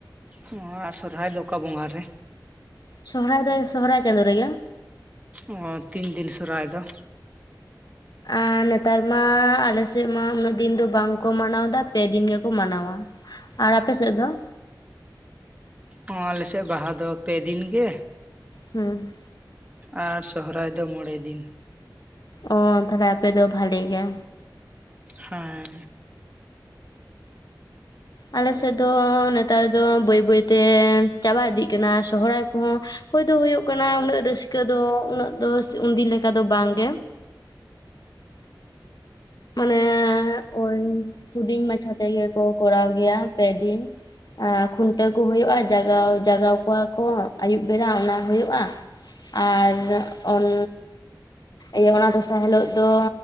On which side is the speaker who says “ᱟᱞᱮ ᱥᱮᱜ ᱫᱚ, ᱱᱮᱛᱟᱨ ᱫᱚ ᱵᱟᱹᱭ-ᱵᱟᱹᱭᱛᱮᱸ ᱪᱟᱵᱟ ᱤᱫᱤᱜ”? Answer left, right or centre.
Left